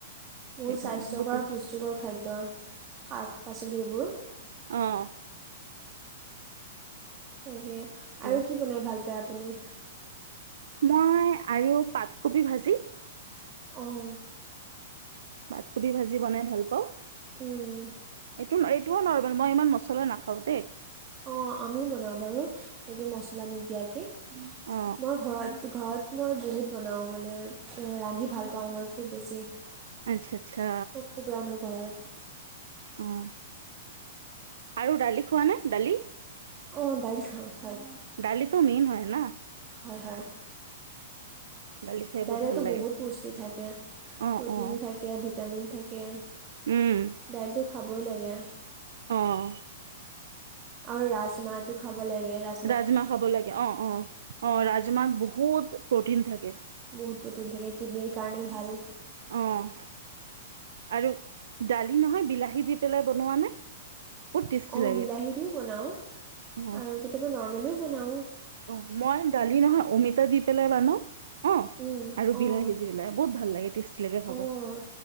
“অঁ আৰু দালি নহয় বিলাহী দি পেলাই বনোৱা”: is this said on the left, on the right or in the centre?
Right